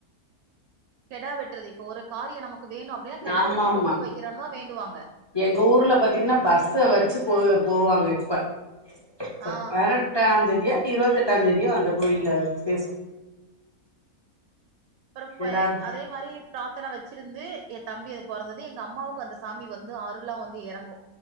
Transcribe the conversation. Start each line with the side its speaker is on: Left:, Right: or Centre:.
Right: கெடா வெட்டுறது இப்ப ஒரு காரியோ நமக்கு வேணு அப்டினா கெடா
Left: ஆமா
Right: வெட்டி
Left: ஆமா
Right: பொங்க வைக்கிறேனு தா வேண்டுவாங்க
Left: எங்க ஊர்ல பாத்தீங்ன்னா பஸ்ஸ வெச்சு போ போவாங்க இ ப்ப இப்ப
Right: ஆ
Left: பதினெட்டாந் தேதியா இருவத்தெட்டாந் தேதியோ அந்த கோயில்ல விசேஷோ
Right: <unintelligible> அப்புறம்
Left: எல்லாரு
Right: அதே மாரி ப்ராத்தன வெச்சிருந்து எ தம்பி அது பொறந்தது எங்க அம்மாவுக்கு அந்த சாமி வந்து அருளலா வந்து எறங்கு